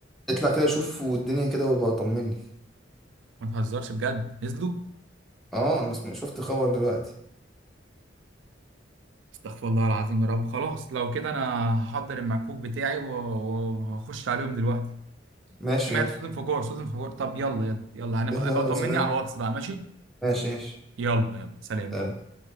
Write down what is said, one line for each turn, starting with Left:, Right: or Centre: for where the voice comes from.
Centre: اطلع كده شوف والدنيا كده وابقى طمني
Right: ما تهزرش بجد نزلوا
Centre: اه انا سم- شفت خبر دلوقتي
Right: استغفر الله العظيم يا رب خلاص لو كده انا هحضر المكوك بتاعي و- و- وهخش عليهم دلوقتي
Centre: ماشي
Right: سمعت
Centre: يلا
Right: صوت انفجار صوت انفجار طب يلا يلا يلا هنبقى
Centre: يلا
Right: بقى
Centre: يلا
Right: طمني
Centre: سلام
Right: على الواتس بقى ماشي
Centre: ماشي ماشي
Right: يلا يلا سلام
Centre: سلام.
Right: باي